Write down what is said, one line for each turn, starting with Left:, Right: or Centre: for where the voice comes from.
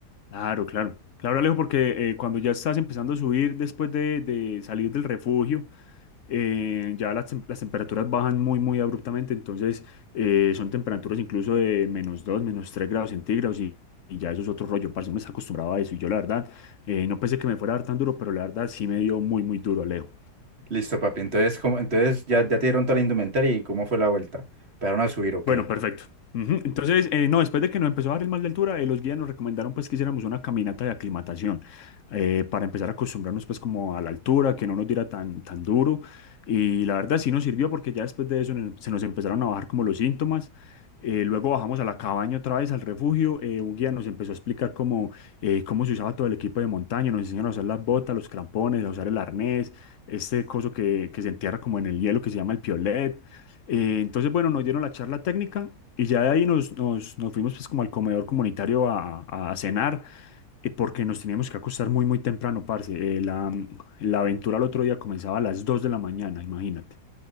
Left: Claro, claro. Claro, Alejo, porque eh, cuando ya estás empezando a subir después de, de salir del refugio, eh, ya las, tem- las temperaturas bajan muy, muy abruptamente. Entonces, eh, son temperaturas incluso de menos 2, menos 3 grados centígrados y, y ya eso es otro rollo. Parce, uno está acostumbrado a eso. Y yo, la verdad, eh, no pensé que me fuera a dar tan duro, pero la verdad sí me dio muy, muy duro, Alejo.
Right: Listo, papi. Entonces, como entonces ya, ya te dieron toda la indumentaria y cómo fue la vuelta. ¿Pegaron a subir o
Left: Bueno,
Right: qué?
Left: perfecto. Ujú. Entonces, eh, no, después de que nos empezó a dar el mal de altura, eh, los guías nos recomendaron pues que hiciéramos una caminata de aclimatación eh, para empezar a acostumbrarnos pues como a la altura, que no nos diera tan, tan duro. Y la verdad sí nos sirvió porque ya después de eso nos- se nos empezaron a bajar como los síntomas. Eh, luego bajamos a la cabaña otra vez, al refugio. Eh, un guía nos empezó a explicar cómo, eh, cómo se usaba todo el equipo de montaña. Nos enseñaron a usar las botas, los crampones, a usar el arnés, este coso que, que se entierra como en el hielo que se llama el piolet. Eh, entonces, bueno, nos dieron la charla técnica y ya de ahí nos, nos, nos fuimos pues como al comedor comunitario a, a- a cenar eh, porque nos teníamos que acostar muy, muy temprano, parce. Eh, la, la aventura al otro día comenzaba a las 2 de la mañana, imagínate.